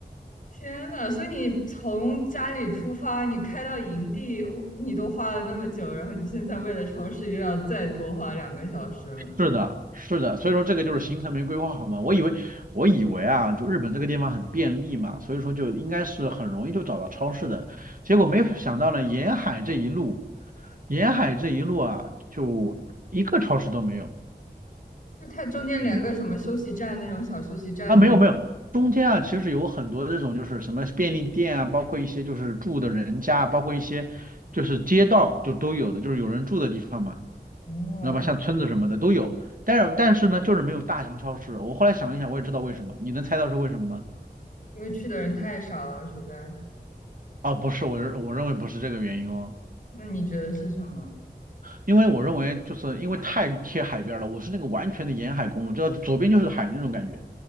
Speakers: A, on the left; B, on the right.
A: 天呐！所以你从家里出发，你开到营地，你都花了那么久，然后你现在为了超市又要再多花两个小时了，
B: 是的，是的，所以说这个就是行程没规划好嘛。我以为我以为啊，就日本这个地方很便利嘛，所以说就应该是很容易就找到超市的。结果没想到呢，沿海这一路，沿海这一路啊，就一个超市都没有。
A: 就它中间连个什么休息站那种小休息站都，
B: 嗯，啊，没有没有，中间啊其实有很多这种就是什么便利店啊，包括一些就是住的人家，包括一些就是街道就都有的，就是有人住的地方嘛。
A: 哦，
B: 知道吧？像村子什么的都有，但是但是呢，就是没有大型超市。我后来想了一想，我也知道为什么。你能猜到是为什么吗？
A: 因为去的人太少了，实在。
B: 啊，不是，我认我认为不是这个原因哦，
A: 那你觉得是什么？
B: 因为我认为就是因为太贴海边了，我是那个完全的沿海公路，就左边就是海那种感觉。